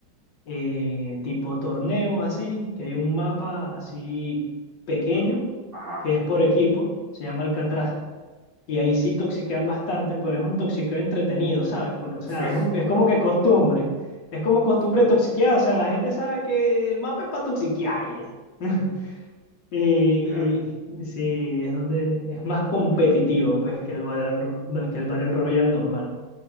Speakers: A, on the left; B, on the right.
A: eh, tipo torneos así, que hay un mapa así pequeño,
B: sí, ajá,
A: que es por equipo, se llama Alcatraz. Y ahí sí toxiquean bastante, pero es un toxiqueo entretenido, ¿sabes? Porque, o sea,
B: sí,
A: es, un, es como que costumbre. Es como costumbre
B: <laughs>
A: toxiquear. O sea, la gente sabe que el mapa es para toxiquear y ya. <laughs> Y,
B: ya,
A: y- sí, es donde es más competitivo pues que el Battle, Ro- que el Battle Royale normal.